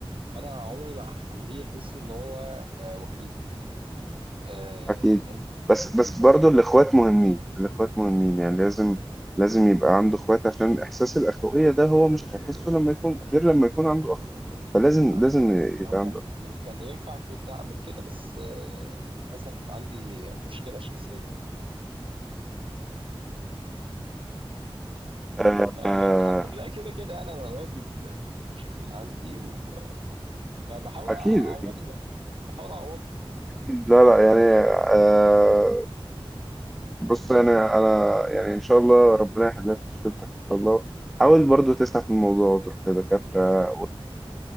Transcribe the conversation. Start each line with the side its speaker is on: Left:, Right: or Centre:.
Right: فانا عمري ما هخليه يحس ان هو آه، وحيد آه،
Centre: أكيد
Right: دايما اخليه
Centre: بس بس
Right: مبسوط
Centre: برضو الإخوات مهمين الإخوات مهمين يعني لازم لازم يبقى عنده إخوات عشان إحساس الأخوية ده هو مش هيحسه لما يكون غير لما يكون عنده أخ فلازم
Right: عامة
Centre: لازم
Right: لو
Centre: يبقى
Right: كان
Centre: عنده
Right: لو كان ينفع كنت اعمل كده بس آه، للاسف عندي مشكله شخصيه
Centre: آه،
Right: فالحمد
Centre: آه،
Right: لله كده كده يعني انا راضي ب- بالمشاكل اللي عندي و... فبحاول
Centre: أكيد
Right: اعوضه
Centre: أكيد
Right: بقى بحاول اعوضه
Centre: لا لا يعني آه بص انا انا يعني ان شاء الله ربنا يحل لك مشكلتك ان شاء الله حاول برضو تسعى في الموضوع وتروح لدكاترة